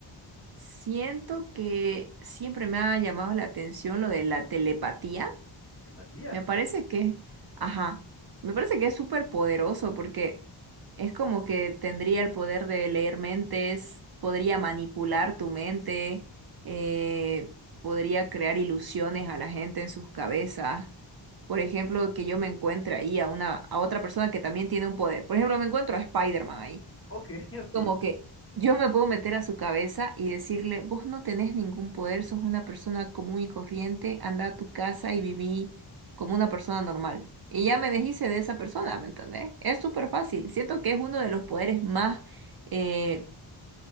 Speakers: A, on the right; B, on the left.
A: Siento que siempre me ha llamado la atención lo de la telepatía.
B: Telepatía.
A: Me parece que, ajá, me parece que es súper poderoso porque es como que tendría el poder de leer mentes, podría manipular tu mente, eh, podría crear ilusiones a la gente en sus cabezas. Por ejemplo, que yo me encuentre ahí a una, a otra persona que también tiene un poder. Por ejemplo, me encuentro a Spider-Man ahí.
B: Ok, <laughs> ok.
A: Como que yo me puedo meter a su cabeza y decirle, vos no tenés ningún poder, sos una persona común y corriente, anda a tu casa y viví como una persona normal. Y ya me deshice de esa persona, ¿me entendés? Es súper fácil. Siento que es uno de los poderes más, eh,